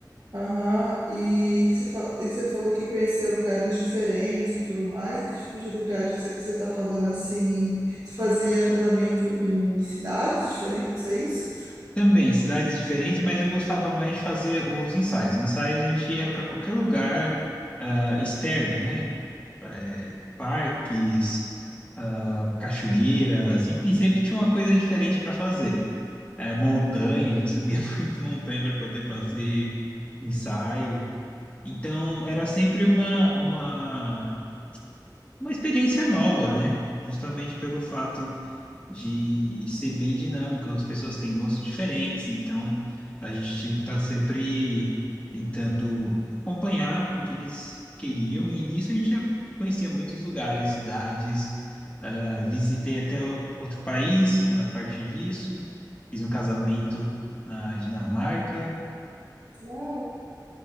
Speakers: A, on the right (about 55°); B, on the left (about 15°).
A: Aham, E, que você fa- e você falou que conhecia lugares diferentes e tudo mais. Que tipo de lugares que você está falando assim? Você fazia casamento em cidades diferentes, é isso?
B: Também, cidades diferentes, mas eu gostava mais de fazer os ensaios. Ensaios a gente ia para qualquer lugar ah, externo, né? Eh, parques, ah, cachoeiras, enfim, sempre tinha uma coisa diferente para fazer. Eh, montanha, a gente subia <laughs> muito montanha para poder fazer ensaio. Então, era sempre uma, uma, uma experiência nova, né? Justamente pelo fato de ser bem dinâmico. As pessoas têm gostos diferentes, então a gente tinha que estar sempre tentando acompanhar o que eles queriam, e nisso a gente já conhecia muitos lugares, cidades. Ah, visitei até o- outro país a partir disso, fiz um casamento na Dinamarca,
A: Uau,